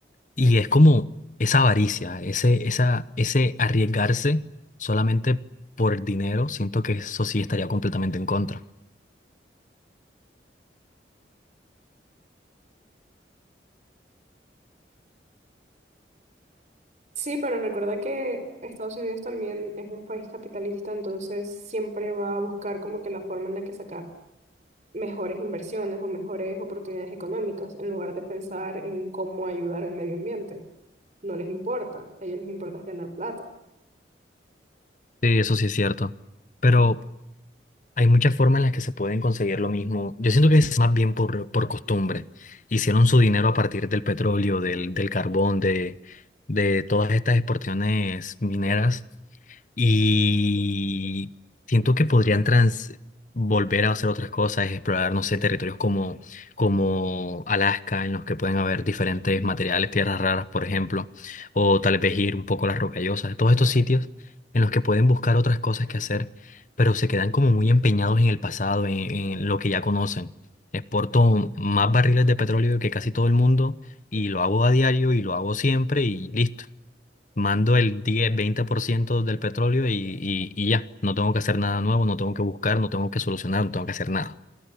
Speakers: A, on the left (about 45°); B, on the right (about 40°).
A: Y es como esa avaricia, ese, esa, ese arriesgarse solamente por dinero, siento que eso sí estaría completamente en contra.
B: Sí, pero recuerda que Estados Unidos también es un país capitalista, entonces siempre va a buscar como que la forma en la que sacar mejores inversiones o mejores oportunidades económicas, en lugar de pensar en cómo ayudar al medio ambiente. No les importa, a ellos les importa es ganar plata.
A: Sí, eso sí es cierto. Pero Hay muchas formas en las que se pueden conseguir lo mismo. Yo siento que es más bien por, por costumbre. Hicieron su dinero a partir del petróleo, del, del carbón, de, de todas estas exportaciones mineras. Y siento que podrían trans volver a hacer otras cosas, explorar, no sé, territorios como, como Alaska, en los que pueden haber diferentes materiales, tierras raras, por ejemplo, o tal vez ir un poco a las rocallosas, todos estos sitios en los que pueden buscar otras cosas que hacer, pero se quedan como muy empeñados en el pasado, en, en lo que ya conocen. Exporto más barriles de petróleo que casi todo el mundo y lo hago a diario y lo hago siempre y listo. Mando el diez veinte por ciento del petróleo y, y, y ya, no tengo que hacer nada nuevo, no tengo que buscar, no tengo que solucionar, no tengo que hacer nada.